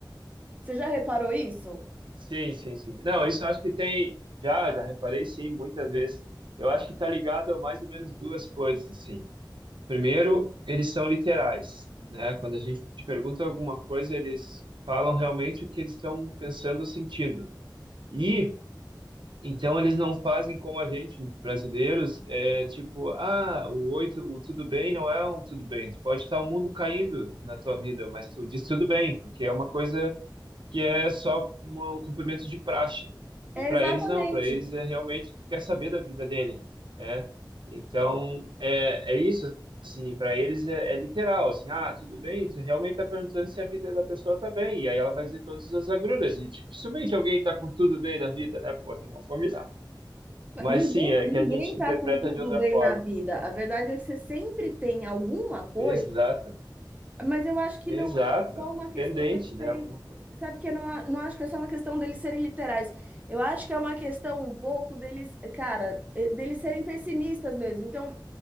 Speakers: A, on the right (about 20°); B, on the right (about 80°).
A: Você já reparou isso?
B: Sim, sim, sim. Não, isso eu acho que tem. Já, já reparei, sim, muitas vezes. Eu acho que está ligado a mais ou menos duas coisas, assim. Primeiro, eles são literais, né? Quando a gente pergunta alguma coisa, eles falam realmente o que eles estão pensando ou sentindo. E então eles não fazem como a gente, brasileiros, é tipo, ah, o oito, o tudo bem não é um tudo bem. Tu pode estar o mundo caindo na tua vida, mas tu diz tudo bem, porque é uma coisa que é só uma- um cumprimento de praxe.
A: É
B: E para
A: exatamente.
B: eles não, para eles é realmente tu quer saber da vida dele, né? Então é, é isso assim, para eles é, é literal assim, ah, tudo bem, tu realmente está perguntando se a vida da pessoa tá bem, e aí ela vai dizer todas as agruras, e tipo, dificilmente alguém tá com tudo bem na vida, né? Poxa, vamos combinar. Mas
A: Ninguém,
B: sim, é
A: ninguém
B: que a gente
A: tá
B: interpreta
A: com tudo
B: de outra
A: bem
B: forma.
A: na vida. A verdade é que você sempre tem alguma coisa,
B: Exato,
A: mas eu acho que
B: exato.
A: não é só uma questão
B: Pendente,
A: deles
B: né?
A: serem.
B: Alguma coisa.
A: Sabe que eu não, a- não acho que é só uma questão deles serem literais. Eu acho que é uma questão um pouco deles, cara, eh, deles serem pessimistas mesmo. Então,